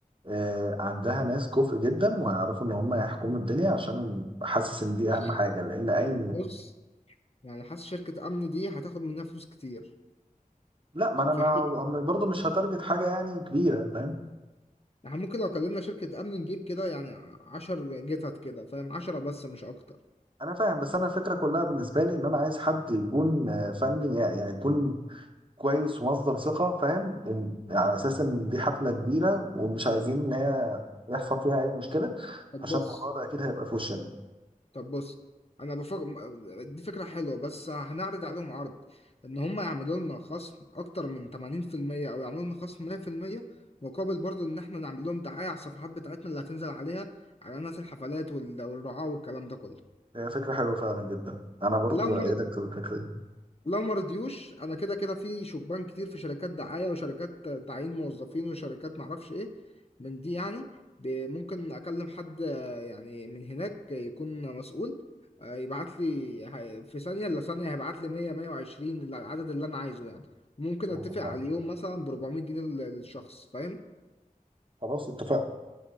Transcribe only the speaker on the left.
بص
بص يعني حاسس شركة أمن دي هتاخد منها فلوس كتير
في
حين
احنا ممكن لو كلمنا شركة أمن نجيب كده يعني عشر جتت كده فاهم عشرة بس مش أكتر
طب
بص
طب بص أنا بفكر دي فكرة حلوة بس هنعرض عليهم عرض إن هم يعملوا لنا خصم أكتر من تمانين في المية أو يعملوا لنا خصم مية في المية مقابل برضو إن احنا نعمل لهم دعاية على الصفحات بتاعتنا اللي هتنزل عليها على الناس الحفلات وال- والرعاة والكلام ده كله
لو
ما
لو ما رضيوش انا كده كده في شبان كتير في شركات دعايه وشركات تعيين موظفين وشركات معرفش ايه من دي يعني ب- ممكن اكلم حد آه، يعني من هناك يكون مسؤول آه، يبعت لي هي- في ثانيه الا ثانيه هيبعت لي 100 120 العدد اللي انا عايزه يعني وممكن
اتفق
على اليوم مثلا ب 400 جنيه لل- للشخص فاهم